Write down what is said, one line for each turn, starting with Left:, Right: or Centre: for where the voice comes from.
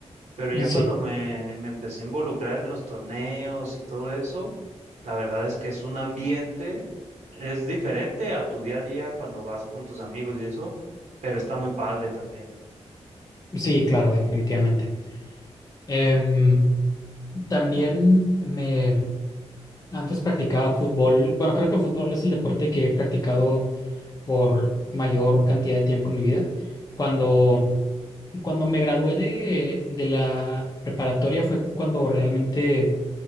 Right: pero
Left: Sí,
Right: ya cuando me, me empecé a involucrar en los torneos y todo eso, la verdad es que es un ambiente, es diferente a tu día a día cuando vas con tus amigos y eso, pero está muy padre también.
Left: sí, claro, definitivamente. Em, también me, antes practicaba fútbol. Bueno, creo que fútbol es el deporte que he practicado por mayor cantidad de tiempo en mi vida. Cuando Cuando me gradué de, de la preparatoria fue cuando realmente